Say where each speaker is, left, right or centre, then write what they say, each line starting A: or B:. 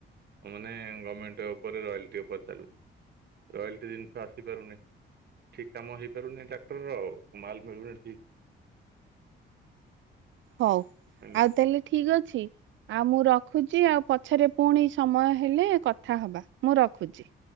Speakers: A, on the right; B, on the right.
A: ାନେ ଗଭର୍ଣ୍ଣମେଣ୍ଟ ଉପରେ ରୟାଲଟି ଉପରେ ଚାଲୁଛି। ରୟାଲଟି ଜିନିଷ ଆସିପାରୁନି। ଠିକ କାମ ହେଇପାରୁନି ଡାକ୍ତର ଆଉ ମାଲ ମିଳୁନି ଠିକ
B: ହଉ
A: ଠିକ୍।
B: ଆଉ ତାହେଲେ ଠିକ ଅଛି। ଆଉ ମୁଁ ରଖୁଛି ଆଉ ପଛରେ ପୁଣି ସମୟ ହେଲେ କଥା ହବା ମୁଁ ରଖୁଛି।